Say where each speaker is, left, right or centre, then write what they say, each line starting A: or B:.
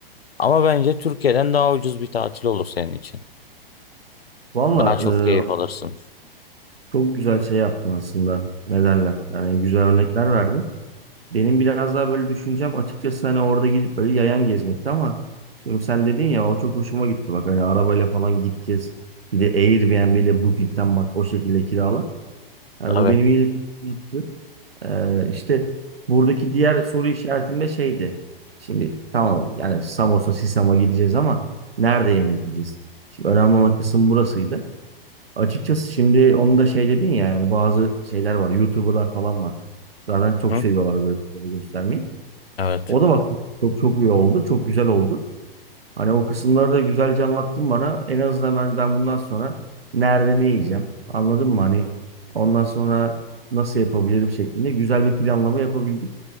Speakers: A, on the left (about 85°); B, on the right (about 75°).
A: Ama bence Türkiye'den daha ucuz bir tatil olur senin için.
B: Valla
A: Daha çok
B: e,
A: keyif
B: bak,
A: alırsın.
B: çok güzel şey yaptın aslında. Ne derler? Yani güzel örnekler verdin. Benim biraz daha böyle düşüncem açıkçası hani orada gidip böyle yayan gezmekti ama şimdi sen dedin ya o çok hoşuma gitti bak hani arabayla falan git gez bir de Airbnb ile Booking'den bak o şekilde kirala. Yani
A: Tabii.
B: bu benim iyice yaptı. Ee, işte buradaki diğer soru işaretim de şeydi. Şimdi tamam yani Samos'a Sisam'a gideceğiz ama nerede yemek yiyeceğiz? Şimdi önemli olan kısım burasıydı. Açıkçası şimdi onu da şey dedin ya yani bazı şeyler var YouTuber'lar falan var. Zaten çok
A: Hı?
B: seviyorlar böyle şeyleri göstermeyi.
A: Evet.
B: O da bak çok, çok çok iyi oldu. Çok güzel oldu. Hani o kısımları da güzelce anlattın bana. En azından ben, ben bundan sonra nerede ne yiyeceğim? Anladın mı? Hani ondan sonra nasıl yapabilirim şeklinde güzel bir planlama yapabildik.